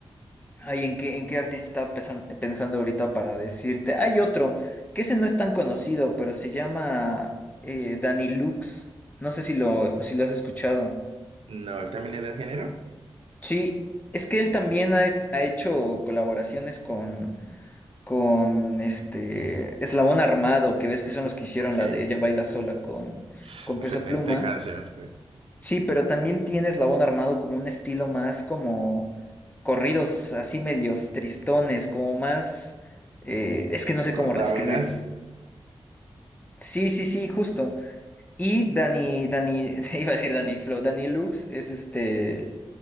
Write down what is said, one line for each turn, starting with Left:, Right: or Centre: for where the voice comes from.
Left: Ay, ¿en qué, en qué artista estaba pesan- pensando ahorita para decirte? Hay otro, que ese no es tan conocido, pero se llama eh, Danny Lux. No sé si lo, si lo has escuchado.
Right: No, él también es del género.
Left: Sí, es que él también ha, he- ha hecho colaboraciones con, con este Eslabón Armado, que ves que son los que hicieron
Right: Ok,
Left: la de Ella Baila
Right: sí,
Left: Sola
Right: sí.
Left: con,
Right: <laughs>
Left: con
Right: Excelente
Left: Peso Pluma.
Right: canción. güey.
Left: Sí, pero también tiene Eslabón Armado como un estilo más como corridos así medios tristones, como más... eh, es que no sé
Right: Portaveras.
Left: cómo reescribirlos. Sí, sí, sí, justo. Y Dani, Dani, <laughs> iba a decir Dani Flow, Dani Lux es este...